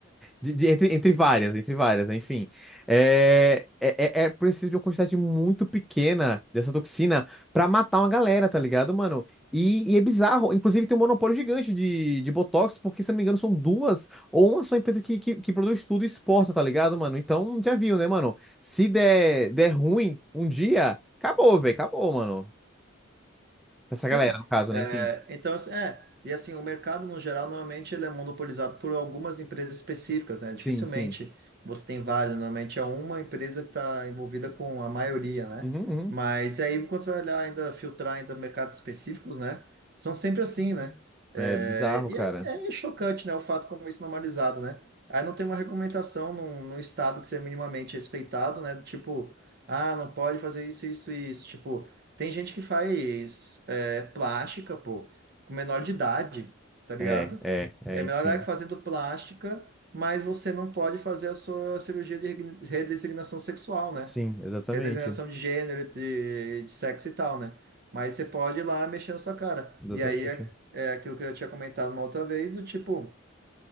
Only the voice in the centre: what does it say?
De- de- entre, entre várias, entre várias, enfim. É, é, é é preciso de uma quantidade muito pequena dessa toxina pra matar uma galera, tá ligado, mano? E, e é bizarro. Inclusive, tem um monopólio gigante de, de Botox, porque, se eu não me engano, são duas ou uma só empresa que, que, que produz tudo e exporta, tá ligado, mano? Então, já viu, né, mano? Se der, der ruim um dia, acabou, velho, acabou, mano. Essa
galera, no caso,
né? Enfim.
Sim,
sim.
Uhum, uhum.
É bizarro, cara.
É, é, é,
enfim.
Sim, exatamente.
Exatamente.